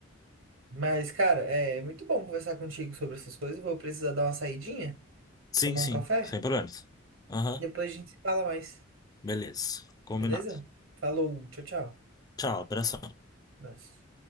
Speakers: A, on the right (about 75°); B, on the left (about 20°).
A: Mas, cara, é muito bom conversar contigo sobre essas coisas. Vou precisar dar uma saidinha,
B: Sim,
A: tomar
B: sim,
A: um café.
B: sem problemas. Aham,
A: Depois a gente se fala mais,
B: beleza. Combinado.
A: beleza? Falou, tchau, tchau.
B: Tchau, abração.
A: Abraço.